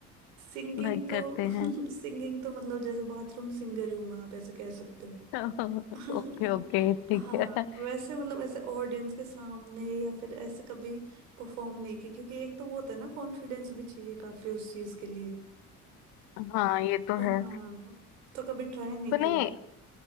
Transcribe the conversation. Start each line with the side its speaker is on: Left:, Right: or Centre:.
Right: सिंगिंग
Left: लाइक
Right: तो
Left: करते
Right: <laughs>
Left: हैं
Right: सिंगिंग तो मतलब जैसे बाथरूम सिंगर ही हूँ मैं आप ऐसे कह सकते
Left: <laughs>
Right: हो <laughs>
Left: ओके ओके ठीक
Right: हाँ
Left: है
Right: वैसे मतलब ऐसे ऑडियंस के सामने या फिर ऐसे कभी परफॉर्म नहीं किया क्योंकि एक तो वो होता है ना कॉन्फिडेंस भी चाहिए काफी उस चीज के लिए
Left: हाँ ये तो
Right: हाँ
Left: है
Right: तो कभी ट्राई नहीं
Left: तो नहीं
Right: की